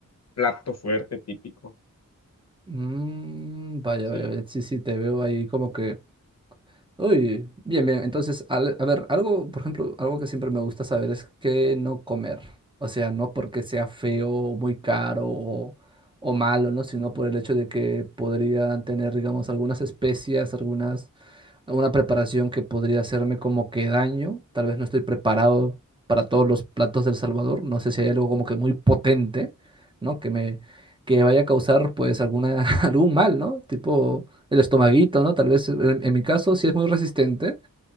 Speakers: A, on the left; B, on the right.
A: plato fuerte típico.
B: Mm, vaya,
A: Sí,
B: vaya, vaya, sí, sí, te veo ahí como que Uy, bien, bien. Entonces, al- a ver, algo, por ejemplo, algo que siempre me gusta saber es qué no comer. O sea, no porque sea feo o muy caro o, o malo, ¿no? Sino por el hecho de que podrían tener, digamos, algunas especias, algunas una preparación que podría hacerme como que daño. Tal vez no estoy preparado para todos los platos del Salvador. No sé si hay algo como que muy potente, ¿no? Que me que vaya a causar pues alguna <laughs> algún mal, ¿no? Tipo el estomaguito, ¿no? Tal vez en, en mi caso sí es muy resistente,